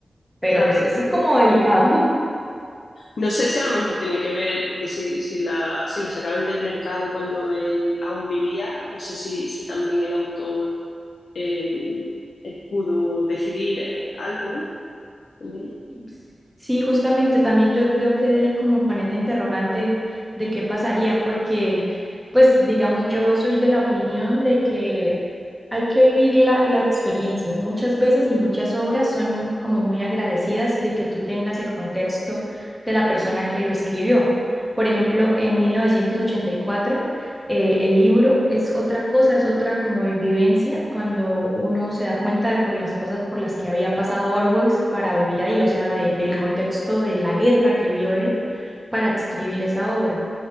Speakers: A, in the centre; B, on the left (about 80°).
A: Pero
B: Claro.
A: pues esto es como delicado.
B: No sé si a lo mejor tiene que ver, porque si, si, la, si lo sacaron del mercado cuando él aún vivía, no sé si, si también el autor eh, eh, pudo decidir eh, algo, ¿no? En ello.
A: <laughs> Sí, justamente también yo, yo quedé ahí como con esa interrogante de qué pasaría, porque pues digamos yo soy de la opinión de que Hay que vivir la, la experiencia. Muchas veces y muchas obras son como muy agradecidas de que tú tengas el contexto de la persona que lo escribió. Por ejemplo, en 1984, eh, el libro es otra cosa, es otra como de vivencia cuando uno se da cuenta de por las cosas por las que había pasado Orwell para vivir ahí, o sea, de- del contexto de la guerra que vio él para escribir esa obra